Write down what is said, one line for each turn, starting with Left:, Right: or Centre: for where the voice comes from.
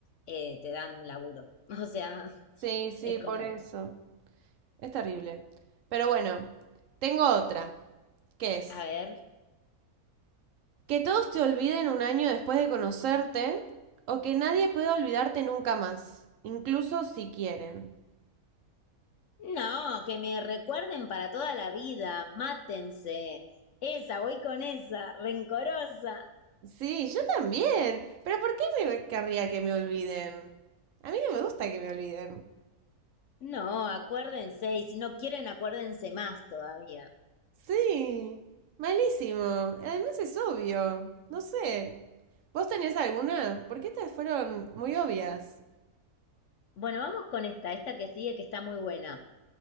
Left: eh, te dan laburo. <laughs> O sea,
Right: Sí, sí,
Left: es como,
Right: por eso. Es terrible. Pero bueno, tengo otra, que es
Left: a ver.
Right: que todos te olviden un año después de conocerte o que nadie pueda olvidarte nunca más, incluso si quieren.
Left: No, que me recuerden para toda la vida. Mátense. Esa, voy con esa, rencorosa.
Right: Sí, yo también. Pero ¿por qué me querría que me olviden? A mí no me gusta que me olviden.
Left: No, acuérdense. Y si no quieren, acuérdense más todavía.
Right: Sí, malísimo. Además es obvio. No sé. ¿Vos tenés alguna? Porque estas fueron muy obvias.
Left: Bueno, vamos con esta, esta que sigue, que está muy buena.